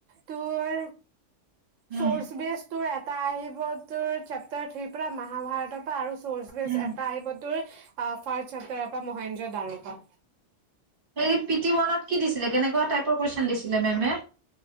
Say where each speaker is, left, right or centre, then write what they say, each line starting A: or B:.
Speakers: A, on the right; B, on the right.
A: তোৰ।
B: উম
A: চৰ্চ বেচ তোৰ এটা আহি। চেপ্তাৰ থ্ৰী পৰা মহাভাৰতৰ পৰা আৰু। ব
B: উম
A: এটা আহিব তোৰ, ফাৰ্ষ্ট চেপ্টাৰৰ পৰা মহেঞ্জোদাৰো পা,
B: হে পিটি ওৱানত কি দিছিলে কেনেকুৱা টাইপৰ কুৱেশন দিছিলে মেমে।